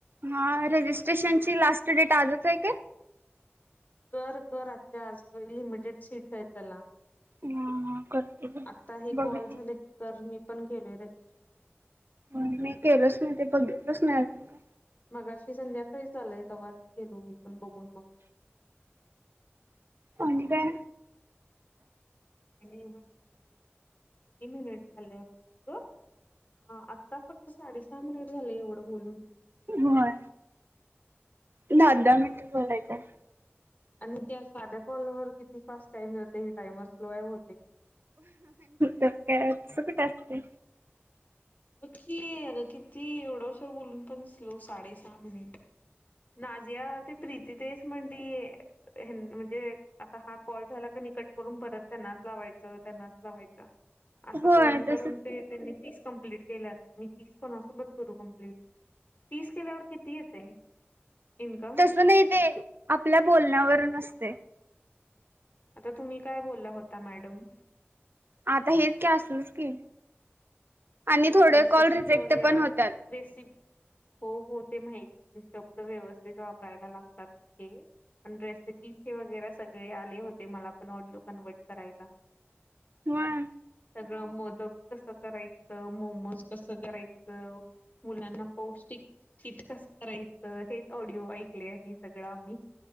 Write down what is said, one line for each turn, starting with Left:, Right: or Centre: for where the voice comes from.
Right: हा रजिस्ट्रेशनची लास्ट डेट आजच आहे का?
Left: कर कर आजच्या आज लिमिटेड सीट्स आहेत त्याला.
Right: हा करते ग
Left: आता हे
Right: बघितली
Left: कॉल झालं की कर मी पण केलय रजिस्ट्रेशन त्याच.
Right: मी केलंच नाही ते बघितलंच नाही अजून का!
Left: मगाशी संध्याकाळी च आलयत तवाच गेलो मी पण बघून मग.
Right: आणि काय?
Left: का नाही बसलोय, किती मिनिट झालं अगं? हा आता फक्त साडे सहा मिनिट झाले एवढं बोलून!
Right: होय. दहा दहा मिनट बोलायच आहे.
Left: आणि त्या साध्या कॉल वर किती फास्ट टाइम जाते आणि हे टाइमर स्लो आहे बहुतेक.
Right: तर काय तसं कुठं असतंय.
Left: बग की अग किती एवढा उशीर बोलून पण स्लो साडे सहा मिनिट नाजिया ते प्रीती तेच म्हणतीये. म्हणजे आता हा कॉल झाला का कट करून परत त्यांनाच लावायचं त्यांनाच लावायच. असं
Right: होय
Left: करून करून
Right: तस
Left: ते त्यांनी तीस कंप्लीट केलं मी तीस कोणासोबत करू कमप्लीट? तीस केल्यावर किती येतय? इन्कम?
Right: तस नाही ते आपल्या बोलण्यावर असतय.
Left: आता तुम्ही काय बोलला होता मॅडम?
Right: आता हेच की असलसच की! आणि थोडे
Left: रेसिपीच
Right: कॉल रिजेक्ट
Left: वगैरा
Right: पण होतात.
Left: रेसिपी हो हो ते माहिती शब्द व्यवस्थित वापरायला लागतात इथे. पण रेसिपी चे वगैरे सगळे आले होते मला पण ऑडिओ कन्वर्ट करायला.
Right: व्हय.
Left: सगळं मोदक कसं करायचं, मोमोज कसं करायचं? च मुलांना पौष्टिक बिस्कीट कसं करायचं? हेच ऑडिओ ऐकले आहे. सगळं आम्ही.